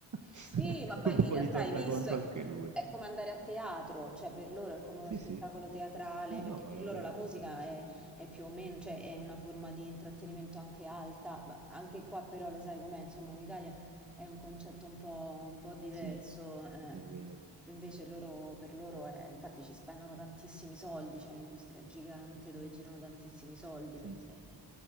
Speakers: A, on the right (about 45°); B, in the centre.
A: <laughs>
B: Sì, ma poi
A: un po'
B: in realtà
A: di tornaconto
B: hai visto, è,
A: anche lui.
B: è come andare a teatro, cioè per loro è come uno
A: Sì,
B: spettacolo
A: sì.
B: teatrale,
A: No,
B: perché
A: no, ma
B: per
A: lo
B: loro
A: è.
B: la musica è, è più o meno, cioè è una forma di intrattenimento anche alta, ma anche qua però lo sai com'è, insomma in Italia è un concetto un po', un po' diverso,
A: Sì,
B: eh.
A: è vero.
B: Invece loro, per loro è, infatti ci spendono tantissimi soldi, c'è un'industria gigante dove girano tantissimi soldi,
A: Sì,
B: perché...
A: sì, sì. sì.